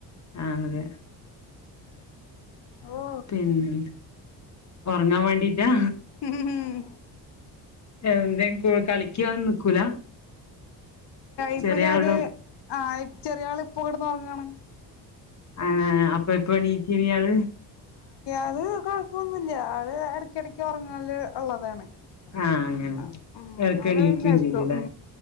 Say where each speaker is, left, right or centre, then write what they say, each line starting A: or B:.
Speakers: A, on the left; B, on the left.
A: ആ അതെ
B: ഓ
A: പിന്നെ ഉറങ്ങാൻ വേണ്ടീട്ടാ
B: ഉം
A: <unintelligible> കളിക്കാന്നും നിക്കൂല
B: ഇപ്പൊ
A: ചെറിയാളും
B: ഞാന് ആ ചെറിയ ആള് ഇപ്പോ കിടന്ന് ഉറങ്ങാണ്
A: ആ അപ്പൊഴെക്കും എണീക്കും ഇയാള്
B: അത് കുഴപ്പൊന്നുല്യാ ആള് ഇടക്കിടക്ക് ഉറങ്ങല് ഒള്ളതാണ് <unintelligible>
A: ആഹ് അങ്ങനെ ഇടക്ക് എണീക്കും
B: എത്തും
A: ചെയ്യൂല്ലേ